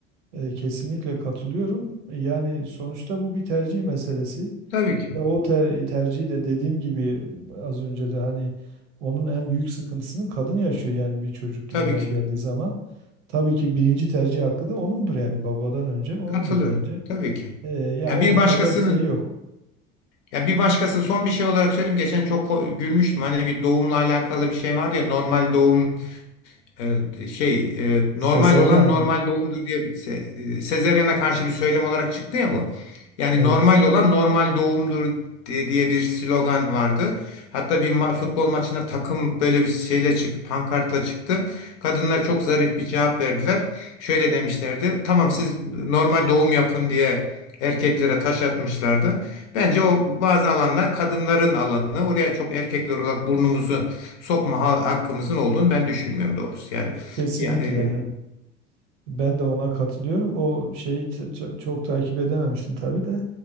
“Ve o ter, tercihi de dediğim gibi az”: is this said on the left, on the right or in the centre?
Right